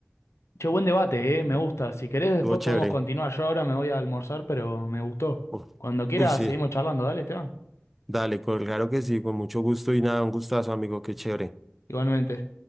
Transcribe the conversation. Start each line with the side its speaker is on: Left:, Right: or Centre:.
Left: Che, buen debate, eh,
Centre: Mm.
Left: me gusta. Si querés
Centre: Estuvo
Left: después
Centre: chévere.
Left: podemos continuar. Yo ahora me voy a almorzar, pero me gustó.
Centre: Uf.
Left: Cuando quieras
Centre: Uy, sí.
Left: seguimos charlando, dale, Esteban.
Centre: Dale, claro que sí, con mucho gusto y nada, un gustazo, amigo, qué chévere.
Left: Igualmente.